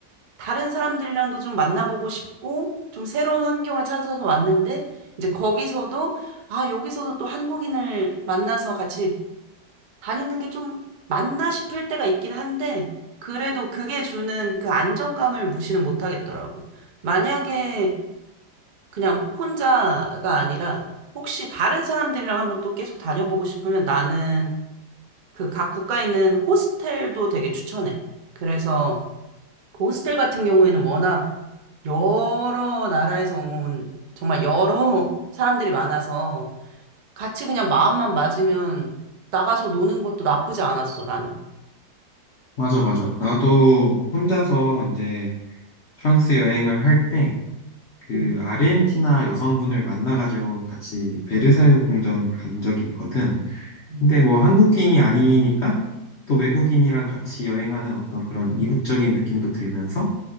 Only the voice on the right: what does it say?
다른 사람들이랑도 좀 만나보고 싶고 좀 새로운 환경을 찾아서 왔는데 이제 거기서도 아, 여기서도 또 한국인을 만나서 같이 다니는 게 좀 맞나 싶을 때가 있긴 한데 그래도 그게 주는 그 안정감을 무시는 못 하겠더라고. 만약에 그냥 혼자가 아니라 혹시 다른 사람들이랑 한번 또 계속 다녀보고 싶으면 나는 그 각 국가에 있는 호스텔도 되게 추천해. 그래서 그 호스텔 같은 경우에는 워낙 여러 나라에서 온 정말 여러 사람들이 많아서 같이 그냥 마음만 맞으면 나가서 노는 것도 나쁘지 않았어, 나는.
응,
응,
응,